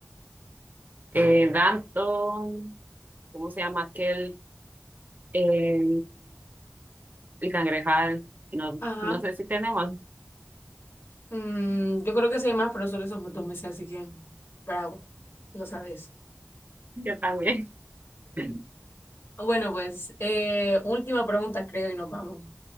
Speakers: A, on the right; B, on the left.
A: eh, Danton, ¿cómo se llama aquel? Eh, el cangrejal. No,
B: Ajá.
A: no sé si tenemos.
B: Mm, yo creo que sí hay más, pero solo esos dos meses, así que bravo, lo sabes.
A: Yo también. <laughs>
B: Bueno, pues eh, última pregunta, creo, y nos vamos.